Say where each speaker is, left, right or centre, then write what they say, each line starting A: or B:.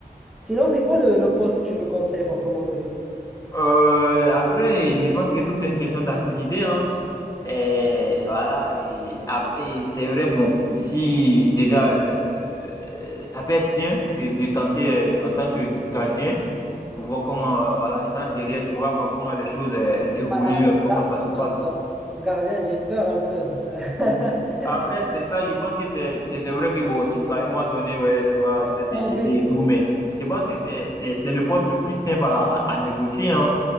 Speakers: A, in the centre; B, on the left.
A: sinon, c'est quoi le, le poste que tu me conseilles pour commencer?
B: Euh, après, je pense que tout est une question d'affinité, hein. Et voilà, et après, c'est vrai, bon, si déjà, euh, euh, ça peut être bien de, de tenter euh, en tant que gardien pour voir comment, euh, voilà, étant derrière, tu vois, voir comment les choses euh, évoluent,
A: Ah, j'ai-
B: euh, comment
A: ah,
B: ça se passe.
A: attends, attends. Gardien, j'ai peur un peu. <laughs>
B: Après, c'est ça, je pense que c'est c'est- c'est vrai que bon, tu vas à un moment donné, ouais, tu vas peut-être te
A: En
B: jeter
A: vrai,
B: et tout, mais je pense que c'est c'est- c'est le poste le plus simple à, à- à négocier, hein,